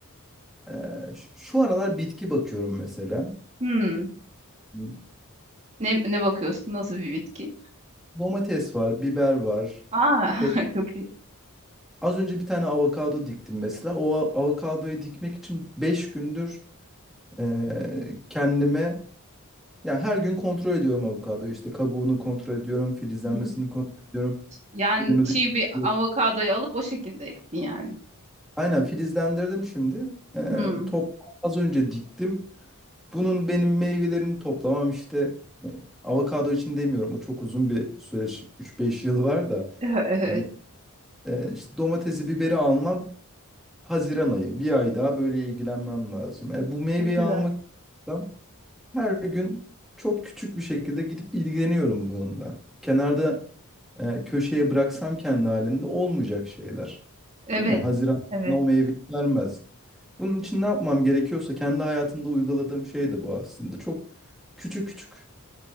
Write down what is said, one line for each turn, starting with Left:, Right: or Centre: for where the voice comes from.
Centre: e, şu şu aralar bitki bakıyorum mesela.
Right: Hmm.
Centre: Hı.
Right: Ne, ne bakıyorsun? Nasıl bir bitki?
Centre: Domates var, biber var.
Right: Aa, <laughs>
Centre: Fe-
Right: çok iyi.
Centre: Az önce bir tane avokado diktim mesela. O a- avokadoyu dikmek için 5 gündür e, kendime ya her gün kontrol ediyorum avokadoyu. İşte kabuğunu kontrol ediyorum, filizlenmesini
Right: Hmm.
Centre: kontrol ediyorum.
Right: Yani
Centre: suyunu
Right: çiğ
Centre: dikliyorum.
Right: bir avokadoyu alıp o şekilde ektin yani.
Centre: Aynen filizlendirdim şimdi. E,
Right: Hmm.
Centre: top az önce diktim. Bunun benim meyvelerini toplamam işte e, avokado için demiyorum. O çok uzun bir süreç. üç beş yıl var da.
Right: <laughs>
Centre: Yani e, işte domatesi, biberi almam Haziran ayı. Bir ay daha böyle ilgilenmem lazım. E, bu meyveyi
Right: Çok güzel.
Centre: almak istiyorsam her gün çok küçük bir şekilde gidip ilgileniyorum bununla. Kenarda e, köşeye bıraksam kendi halinde olmayacak şeyler.
Right: Evet,
Centre: Değil mi? Haziran
Right: evet,
Centre: bana o meyveyi vermez. Bunun için ne yapmam gerekiyorsa kendi hayatımda uyguladığım şey de bu aslında. Çok küçük küçük